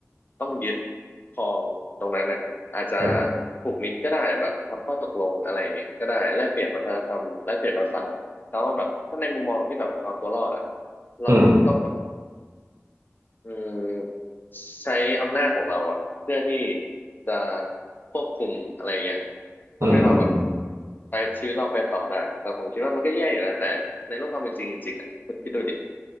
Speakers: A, on the left; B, on the right.
A: ต้องยึดครองตรงนั้นเนี่ยอาจจะ
B: ครับ
A: ผูกมิตรก็ได้แบบทำข้อตกลงอะไรอย่างเงี้ยก็ได้แลกเปลี่ยนวัฒนธรรมแลกเปลี่ยนภาษาแต่ว่าแบบถ้าในมุมมองที่แบบเอาตัวรอดอ่ะเราคงต้องแบบ
B: อืม
A: อืมใช้อำนาจของเราอ่ะเพื่อที่จะควบคุมอะไรเงี้ยทำให้เราแบบ
B: อืม อืม อืม
A: ไปชีวิตเราไปต่อได้แต่ผมคิดว่ามันก็แย่อยู่นะแต่ในโลกความเป็นจริงจริงๆอ่ะคุณคิดดูดิ